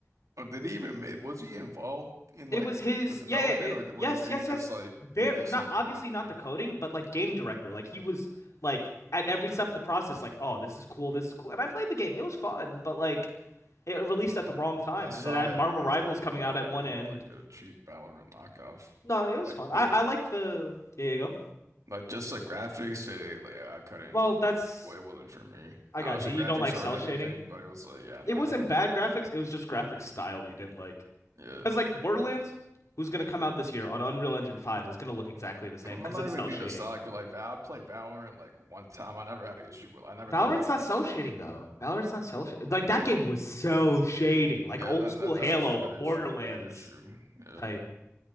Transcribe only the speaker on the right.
oh, did he even make? Was he involved in
like
the development,
or did,
or did
he just
like
did he just
like
promote the
game?
I
saw
it.
It
looked it
looked
it looked
like a cheap Valorant knockoff.
Like
the
like just the graphics. It, like I couldn't.
Well, it wasn't for me.
Obviously,
graphics
aren't everything,
but it was like yeah, nah.
Yeah.
I mean,
I'm not
even
being
the side because like Val- I played Valorant like one time. I never had an issue with I never
thought like
the
graphics
were
bad.
Yeah,
that
that,
that is that is
true. Yeah, that is true. Yeah.